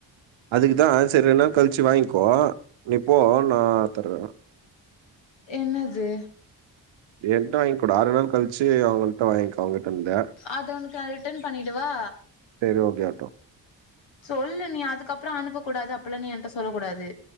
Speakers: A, on the right; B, on the left.
A: அதுக்கு தா சரி ரென்னா கழிச்சி வாங்கிக்கோ நீப்போ நா தர்றேனா
B: என்னது
A: என்ட்ட வாங்க்கோ டா ஆறு நாள் கழிச்சு அவங்கள்ட்ட வாங்கிக்கோ அவங்ககிட்ட இருந்து
B: அத உனக்கு அ ரிட்டன் பண்ணிடவா
A: செரி ஓகே ஆவ்டோ
B: சொல்லு நீ அதுக்கப்பறோ அனுப்ப கூடாது அப்பில்லா நீ என்ட்ட சொல்ல கூடாது